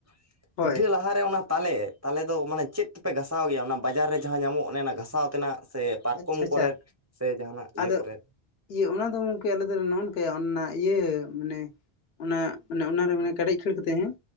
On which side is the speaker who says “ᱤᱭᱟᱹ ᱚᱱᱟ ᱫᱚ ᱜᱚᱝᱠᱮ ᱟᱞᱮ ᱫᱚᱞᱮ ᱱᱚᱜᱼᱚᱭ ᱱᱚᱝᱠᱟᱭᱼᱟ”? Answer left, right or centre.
Left